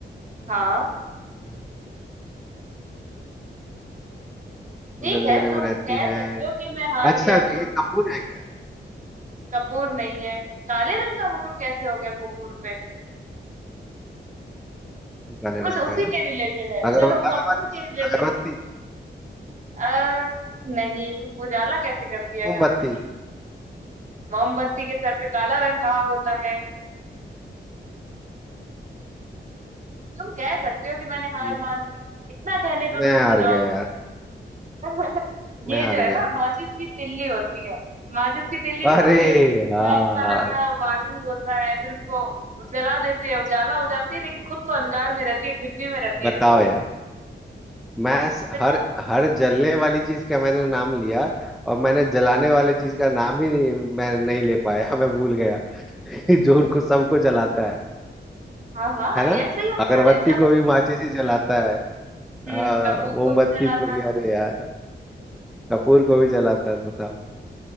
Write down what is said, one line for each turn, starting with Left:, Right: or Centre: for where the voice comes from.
Right: हाँ
Centre: अ,
Right: ठीक
Centre: और अंधेरे
Right: है तुम
Centre: में रहती
Right: कह
Centre: है
Right: सकते हो कि मैं हार
Centre: अच्छा
Right: गया
Centre: ये
Right: तुम
Centre: कपूर है क्या
Right: कपूर नहीं है काले रंग का मुकुट कैसे हो गया कपूर पे
Centre: काले
Right: कुछ
Centre: रंग
Right: उसी
Centre: का है ना
Right: के रिलेटेड है
Centre: अगर
Right: चलो
Centre: अगरबत्ती
Right: कपूर के रिलेटेड
Centre: अगरबत्ती
Right: आ, नहीं उजाला कैसे करती है
Centre: मोमबत्ती
Right: अगरबत्ती मोमबत्ती के सर पे काला रंग कहा होता है तुम कह सकते हो कि मैंने हार
Centre: ये क्या?
Right: मान ली इतना कहने पे
Centre: मैं
Right: मैं तुमको
Centre: हार गया
Right: जवाब
Centre: यार
Right: दूंगा। <laughs>
Centre: मैं
Right: ये
Centre: हार
Right: जो है
Centre: गया
Right: ना माचिस की तिल्ली होती है माचिस की तिल्ली नहीं
Centre: अरे
Right: होती उसके बाद
Centre: यार
Right: ब्लैक कलर का बारूद होता है फिर उसको जला देते हैं उजाला हो जाती है लेकिन खुद तो अंधकार में रहती है डिब्बी में रहती है
Centre: बताओ
Right: ना वो
Centre: यार मैं स-
Right: चला
Centre: हर हर जलने वाली चीज का मैंने नाम लिया और मैंने जलाने वाली चीज का नाम ही नहीं, मैं नहीं ले पाया <laughs> मैं भूल गया <laughs> जो उनको सबको जलाता है
Right: हाँ हाँ
Centre: है ना
Right: ये ऐसे ही होता
Centre: अगरबत्ती
Right: है जब
Centre: को
Right: हम
Centre: भी माचिस ही जलाता है
Right: हम्म
Centre: आ,
Right: कपूर
Centre: मोमबत्ती
Right: को भी जलाते
Centre: को भी अरे यार कपूर को भी जलाता है बताओ